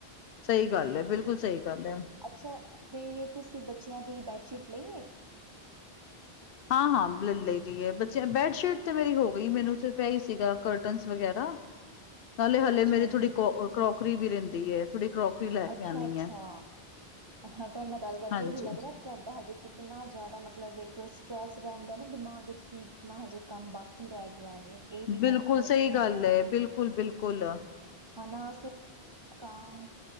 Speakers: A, on the left (about 65°); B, on the right (about 35°).
A: ਸਈ ਗੱਲ ਐ, ਬਿਲਕੁਲ ਸਈ ਗੱਲ ਐ।
B: ਅੱਛਾ, ਤੇ ਤੁਸੀਂ ਬੱਚੇਆਂ ਦੀ ਬੈਡਸ਼ੀਟ ਲਈਏ?
A: ਹਾਂ-ਹਾਂ ਲੈ ਲਈ ਦੀ ਐ ਬੱਚੇ ਬੈਡਸ਼ੀਟ ਤੇ ਮੇਰੀ ਹੋ ਗਈ ਮੇਨੂੰ ਸਿਰਫ ਐਹੀ ਸੀਗਾ ਕਟਨਸ ਵਗੈਰਾ ਨਾਲੇ ਹਾਲੇ
B: ਅੱਛਾ
A: ਮੇਰੀ ਥੋੜੀ
B: ਜੀ
A: ਕਰੋਕਰੀ ਵੀ ਰੈਂਦੀ ਥੋੜੀ ਕਰੋਕਰੀ ਲੈ
B: ਅੱਛਾ
A: ਕੇ ਆਨੀ
B: ਅੱਛਾ
A: ਐ।
B: ਹਾਂ ਤੁਹਾ ਨਾਲ ਗੱਲ ਕਰਕੇ
A: ਹਾਂਜੀ
B: ਏਹੀ ਲੱਗ ਰਾ ਤੁਹਾਡਾ ਹਜੇ ਕਿਤਨਾ ਜਾਦਾ ਮਤਲਬ ਇੱਕ ਸਟਰ੍ਰੈਸ ਰੈਂਦਾ ਨਾ ਦਿਮਾਗ ਵਿਚ ਕੀ ਕਿਤਨਾ ਹਜੇ ਕੰਮ ਬਾ ਕੀ ਰੈ ਗੈ ਵੇ। ਇਹ ਵੀ ਲੈਣਾ
A: ਬਿਲਕੁਲ ਸਈ
B: ਉਹ ਵੀ ਲੈਣਾ
A: ਗੱਲ ਐ,
B: ਹੈ
A: ਬਿਲਕੁਲ-ਬਿਲਕੁਲ।
B: ਹਨਾ ਅਸੀਂ ਕਾਨ,